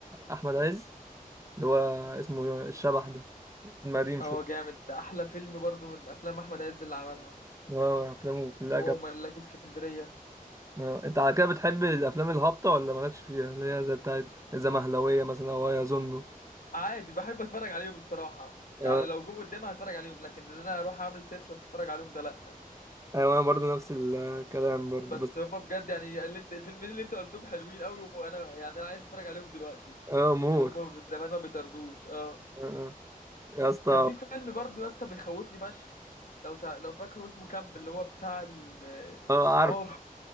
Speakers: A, on the right; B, on the left.
A: احمد عز اللي هو اسمه الشبح ده فيلم قديم
B: اه
A: شويه
B: جامد ده احلى فيلم برضو من الافلام احمد عز اللي عملها
A: اه افلامه كلها
B: هو
A: جامده
B: وملاك اسكندرية
A: اه، انت على كده بتحب الافلام الهابطه ولا مالكش فيها اللي هي زي بتاعت الزمهلويه مثلا او يظنه
B: عادي بحب اتفرج عليهم الصراحة يعني
A: اه
B: لو جم قدامي هتفرج عليهم لكن ان انا اروح اعمل سيرش واتفرج عليهم ده لا
A: ايوه انا برضه نفس الكلام برضه
B: بس
A: بس
B: هما بجد يعني اللي انت الفيلمين اللي انت قلتهم حلوين قوي وانا يعني انا عايز اتفرج عليهم دلوقتي
A: اه موت
B: عشان هما من زمان ما بيطردوش اه
A: اه اه. يا اسطى
B: كان في فيلم برضه يا اسطى بيخوفني فشخ لو تع... لو فاكره اسمه كامب اللي هو بتاع ال-
A: اه
B: الصحاب
A: عارف